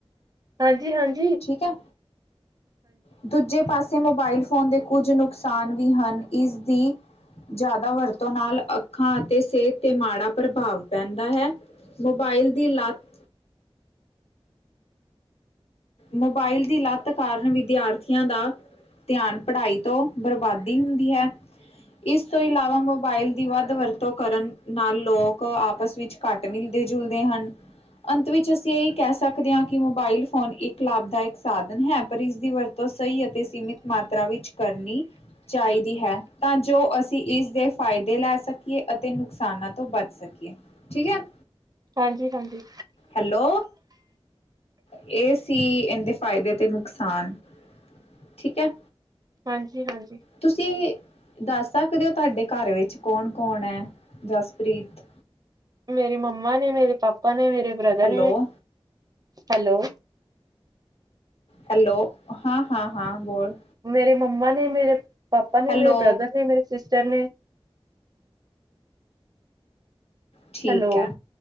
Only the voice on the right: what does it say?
ਹਾਂਜੀ- ਹਾਂਜੀ।
ਹਾਂਜੀ-ਹਾਂਜੀ
ਹਾਂਜੀ-ਹਾਂਜੀ
ਮੇਰੀ ਮੰਮਾ ਨੇ, ਮੇਰੇ ਪਾਪਾ ਨੇ, ਮੇਰੇ ਬ੍ਰਦਰ
ਨੇ, ਹੈਲੋ!
ਮੇਰੇ ਮੰਮਾ ਨੇ, ਮੇਰੇ ਪਾਪਾ ਨੇ,
ਮੇਰੇ ਬ੍ਰਦਰ ਨੇ, ਮੇਰੇ ਸਿਸਟਰ ਨੇ।
ਹੈਲੋ